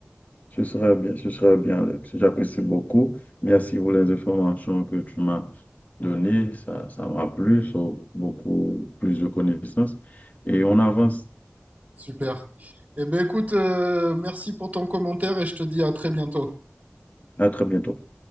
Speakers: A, on the left; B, on the right.
A: Ce serait bien, ce serait bien, Alex. J'apprécie beaucoup. Merci pour les informations que tu m'as données. Ça, ça m'a plu, so, beaucoup plus de connaissances. Et on avance.
B: Super. Eh bien, écoute, euh, merci pour ton commentaire et je te dis à très bientôt.
A: À très bientôt.